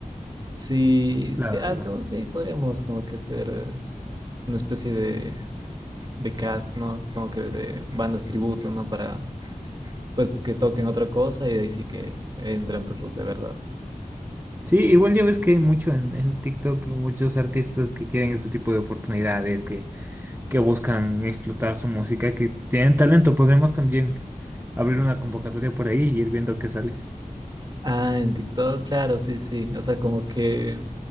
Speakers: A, on the right; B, on the right.
A: Sí,
B: la
A: sí, ah,
B: verdad.
A: según sí, podríamos como que ser eh, una especie de, de cast, ¿no? Como que de bandas tributo, ¿no? Para pues que toquen otra cosa y de ahí sí que entran pues los de verdad.
B: Sí, igual ya ves que hay mucho en, en TikTok, muchos artistas que quieren este tipo de oportunidades, que que buscan explotar su música, que tienen talento. Podremos también abrir una convocatoria por ahí y ir viendo qué sale.
A: Ah, en TikTok, claro, sí, sí. O sea, como que